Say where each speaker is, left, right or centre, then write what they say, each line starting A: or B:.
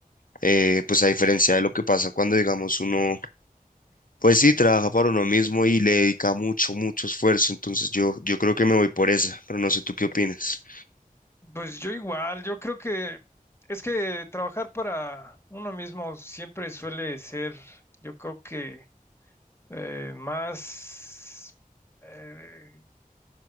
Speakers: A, on the left (about 65°); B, on the left (about 15°).
A: Eh, pues a diferencia de lo que pasa cuando, digamos, uno, pues sí, trabaja para uno mismo y le dedica mucho, mucho esfuerzo. Entonces yo, yo creo que me voy por esa, pero no sé tú qué opinas.
B: Pues yo igual, yo creo que es que trabajar para uno mismo siempre suele ser, yo creo que eh, más... eh,